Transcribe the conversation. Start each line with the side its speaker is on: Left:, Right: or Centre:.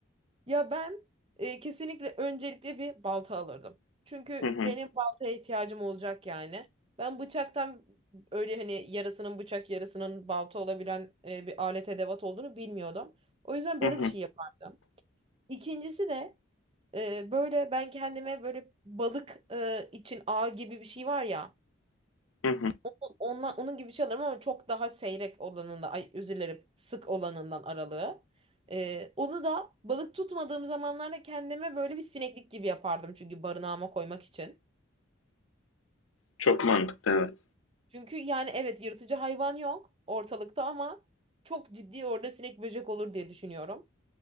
Right: Ya ben e, kesinlikle öncelikle bir balta alırdım. Çünkü
Left: Hı hı.
Right: benim baltaya ihtiyacım olacak yani. Ben bıçaktan öyle hani yarısının bıçak yarısının balta olabilen e, bir alet edevat olduğunu bilmiyordum. O yüzden
Left: Hı
Right: böyle
Left: hı.
Right: bir şey yapardım. İkincisi de e, böyle ben kendime böyle balık e, için ağ gibi bir şey var ya.
Left: Hı hı.
Right: O- Onla, onun gibi bir şey alırım ama çok daha seyrek olanında, ay özür dilerim, sık olanından aralığı. Ee, onu da balık tutmadığım zamanlarda kendime böyle bir sineklik gibi yapardım çünkü barınağıma koymak için.
Left: Çok mantıklı evet.
Right: Çünkü yani evet yırtıcı hayvan yok ortalıkta ama çok ciddi orada sinek böcek olur diye düşünüyorum.